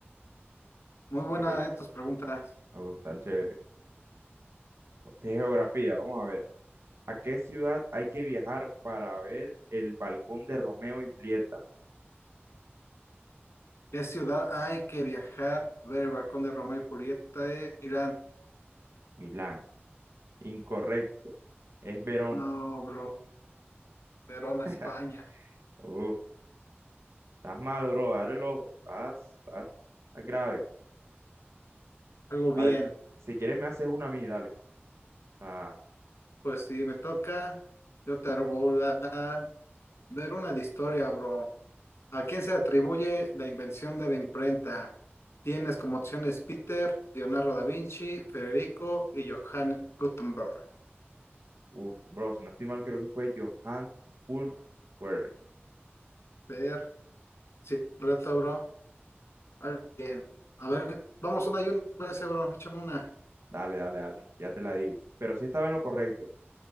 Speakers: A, on the left; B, on the right.
A: Muy buena,
B: Eh,
A: eh, tus preguntas.
B: me gustan chévere. De geografía, vamos a ver. ¿A qué ciudad hay que viajar para ver el balcón de Romeo y Julieta?
A: ¿Qué ciudad hay que viajar? A ver, el balcón de Romeo y Julieta, eh, Irán.
B: Milán. Incorrecto. Es Verona.
A: No, bro. Verona,
B: <laughs>
A: España.
B: Uf, estás mal, bro. Abre el ojo. Estás, estás, estás grave.
A: Algo
B: Dale,
A: bien.
B: si, si quieres me haces una a mí, dale. Ah,
A: Pues si me toca, yo te hago la... Ver una de historia, bro. ¿A quién se atribuye la invención de la imprenta? Tienes como opciones Peter, Leonardo da Vinci, Federico y Johannes Gutenberg.
B: uf, bro, si no estoy mal, creo que fue Johan Pultwer.
A: Ver, sí, reto, bro. Al- Bien. A ver, vamos una y una, parece, bro. Échame una.
B: Dale, dale, dale. Ya te la digo. Pero sí estaba en lo correcto.